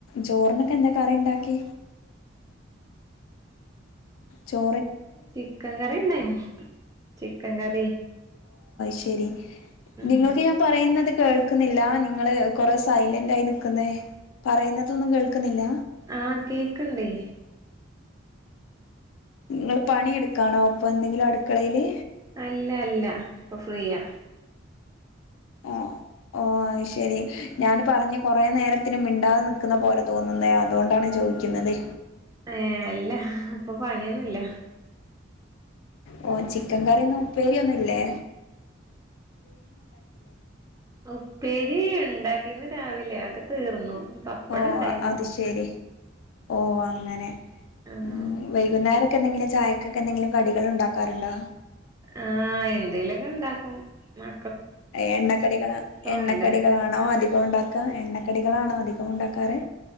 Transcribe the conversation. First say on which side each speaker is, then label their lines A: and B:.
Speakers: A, on the left (about 90°); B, on the right (about 15°).
A: ചോറിനൊക്കെ എന്തൊ കറി ഇണ്ടാക്കി ചോ
B: ചിക്കൻ കറി ഒണ്ടായിനി ചിക്കൻ കറി
A: ശെരി
B: ഉം
A: നിങ്ങൾക്ക് ഞാൻ പറയ്ന്നത് കേൾ ക്കുന്നില്ല നിങ്ങള് കൊറെ സൈലന്റ് ആയി നിക്കുന്നേ പറയുന്നതൊന്നും കേൾക്കുന്നില്ല.
B: ആഹ് കേക്കണ്ടേ
A: ങ്ങള് പണിയെടുക്കാണോ പ്പൊ എന്തെങ്കിലു അട്ക്കളേല്
B: അല്ല അല്ല ഇപ്പൊ ഫ്രീയാ
A: അ ആ ശരി ഞാന് പറഞ്ഞ് കൊറേ നേരം ത്തിനും മിണ്ടാതെ നിക്കുന്ന പോലെ തോന്നുന്നേ അതു ഒണ്ടാണ് ചോദിക്കുന്നതെ
B: ഏ അല്ല പ്പൊ പണിയൊ ഇല്ല
A: ഓ ചിക്കൻ കറി ന്ന് ഉപ്പേരി ഒന്നുല്ലേ
B: ഉപ്പേരി ണ്ടാ ഇന്ന് രാവിലെ അക്കെ തീർന്നു. പപ്പടം
A: ഓ
B: ഉണ്ടായിന്നു
A: അത് ശരി ഓ അങ്ങനെ
B: ആഹ്
A: ഉം വൈകുന്നേര ക്കെന്തെകിലും ചായക്കൊക്കെന്തെങ്കിലും കടികൾ ഉണ്ടാക്കാറുണ്ടോ
B: ആ എന്തേലെക്കണ്ടാക്കും മ
A: എണ്ണക്കടികള എണ്ണക്കടികളാണോ
B: വേണ്ടേ
A: അധി കോം ണ്ടാക്ക എണ്ണക്കടികളാണോ അധികോം ഉണ്ടാക്കാറ്